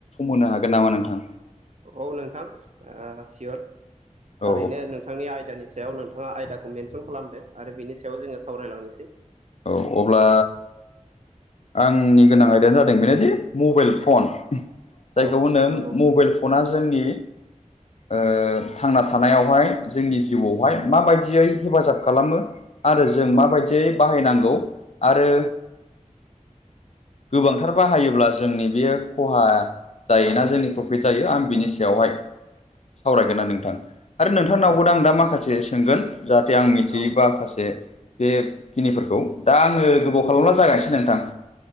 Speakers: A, on the left; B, on the right.
A: होनो हागोन नामा नोंथां
B: औ नोंथां ओ सियर थारैनो
A: औ
B: नों नोंथांनि आयदानि सायाव नोंथाङा आयदाखौ मेनसन खालामदो आरो बिनि सायाव जोङो सावरायलांनोसै।
A: औ अब्ला आंनि गोनां आयदायानो जादों बिनोदि मबेल फन। जायखौ
B: औ
A: होनो
B: नंगौ
A: मबेल फना जोंनि ओ थांना थानायावहाय जोंनि जिउआवहाय माबायदियै हेफाजाब खालामो आरो जों
B: औ
A: माबायदियै बाहायनांगौ आरो गोबांथार
B: नंगौ
A: बाहायोब्ला जोंनि बेयो खहा जायोना
B: औ
A: जोंनि प्र फित जायो आं बिनि
B: औ
A: सायावहाय सावरायगोनना
B: औ
A: नोंथां आरो नोंथांनावबो
B: थारै
A: दा आं दा माखासे सोंगोन। जाहाथे आं मिथियै
B: औ
A: बाखासे बे खिनिफोरखौ दा आङो गोबाव खालामला जागायसै नोंथां।